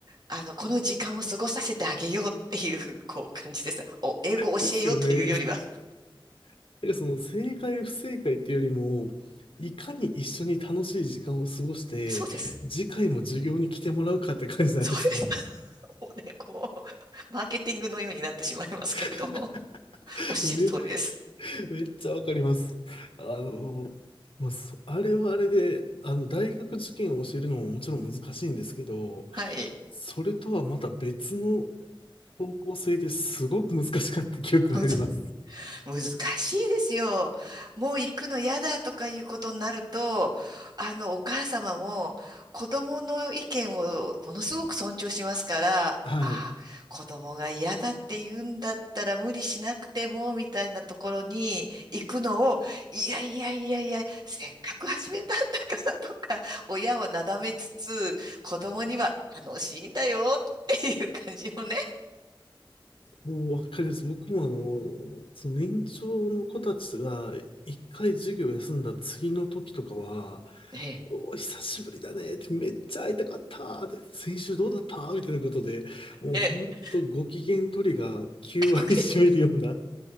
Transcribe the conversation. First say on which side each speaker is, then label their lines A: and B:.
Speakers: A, on the right; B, on the left.
A: あの、この時間を過ごさせてあげようっていう、こう、感じです。お、英語を教えようというよりは、
B: ですよね。<laughs> だからその正解不正解っていうよりも、いかに一緒に楽しい時間を過ごして、
A: そうです。
B: 次回も授業に来てもらうかって感じなんですね。
A: そうです。<laughs> もうね、こう、マーケティングのようになってしまいますけれども、
B: <laughs>
A: おっしゃる通りです。
B: め <laughs> めっちゃわかります。あの、まあ、そあれはあれで、あの、大学受験を教えるのももちろん難しいんですけど、
A: はい。
B: それとはまた別の方向性ですごく難しかった記憶があります。
A: 難難しいですよ。もう行くの嫌だとかいうことになると、あの、お母様も子供の意見をものすごく尊重しますから、
B: はい。
A: ああ、子供が嫌だって言うんだったら無理しなくても、みたいなところに行くのを、いやいやいやいや、せっかく始めたんだからとか、親をなだめつつ、子供には楽しいんだよっていう感じをね。
B: もうわかります。僕もあの、その年長の子たちが一回授業休んだ次の時とかは、
A: ええ。
B: おー、久しぶりだねって、めっちゃ会いたかったって、先週どうだったみたいなことで、もうほんとご機嫌取りが9割占めるような、
A: ええ。<laughs>